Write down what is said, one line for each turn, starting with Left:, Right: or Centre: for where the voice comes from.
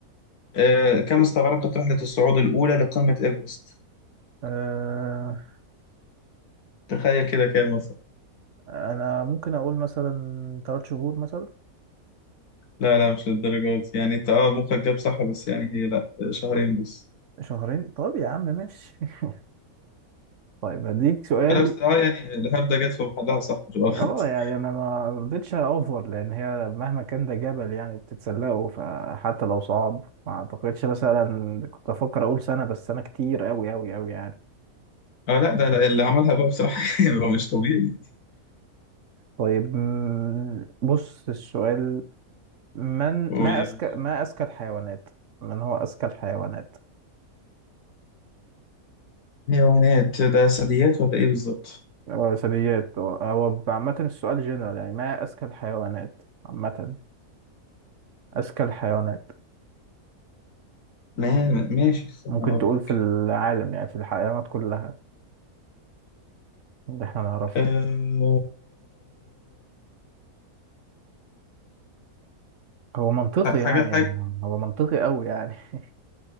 Left: أه... كم استغرقت رحلة الصعود الأولى لقمة إيفرست؟
Right: أه...
Left: تخيل كده كام مثلا
Right: انا ممكن اقول مثلا ثلاث شهور مثلا
Left: لا لا مش للدرجة دي يعني أنت أه مخك جاب صح بس يعني هي لا شهرين بس
Right: شهرين طب يا عم ماشي <laughs> طيب هديك سؤال
Left: لا بس أه يعني الهبدة جت في محلها صح مش غلط
Right: اه يعني انا ما رضيتش اوفر لان هي مهما كان ده جبل يعني بتتسلقه فحتى لو صعب ما اعتقدش مثلا كنت افكر اقول سنة بس سنة كتير اوي اوي اوي يعني
Left: اه لا ده ده اللي عملها بقى بصراحة <laughs> هو مش طبيعي
Right: طيب مم، بص السؤال من
Left: قولي.
Right: ما اذكى ما اذكى الحيوانات من هو اذكى الحيوانات
Left: حيوانات ده ثدييات ولا ايه بالظبط؟
Right: آه، ثدييات آه، هو عامة السؤال جنرال يعني ما أذكى الحيوانات عامة أذكى الحيوانات
Left: ما ماشي استنى
Right: ممكن
Left: اقول
Right: تقول في
Left: لك.
Right: العالم يعني في الحيوانات كلها اللي احنا نعرفها
Left: أه...
Right: هو منطقي
Left: حاجة
Right: يعني
Left: حاجة
Right: هو منطقي أوي يعني <laughs>